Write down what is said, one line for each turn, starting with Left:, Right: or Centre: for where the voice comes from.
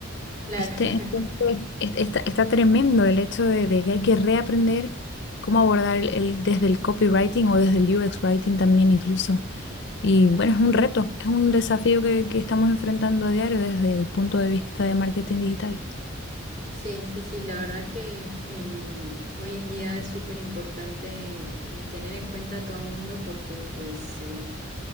Right: claro.
Left: ¿Viste?
Right: <laughs>
Left: Entonces, es- está, está tremendo el hecho de, de que hay que reaprender cómo abordar el, el- desde el copywriting o desde el UX writing también incluso. Y bueno, es un reto, es un desafío que, que estamos enfrentando a diario desde el punto de vista de marketing digital.
Right: Sí, sí, sí, la verdad que em, hoy en día es súper importante eh, tener en cuenta a todo el mundo porque pues eh,